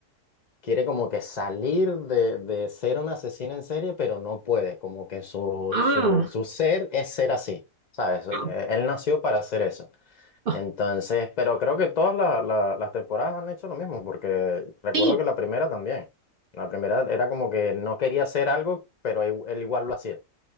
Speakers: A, on the left; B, on the right.
A: quiere como que salir de, de ser un asesino en serie, pero no puede. Como que su,
B: Ah,
A: su, su ser es ser así, ¿sabes? Eh,
B: no.
A: Él nació para hacer eso.
B: Ah,
A: Entonces, pero creo que todas la- la- las temporadas han hecho lo mismo, porque recuerdo
B: sí.
A: que la primera también. La primera era como que no quería hacer algo, pero él él igual lo hacía.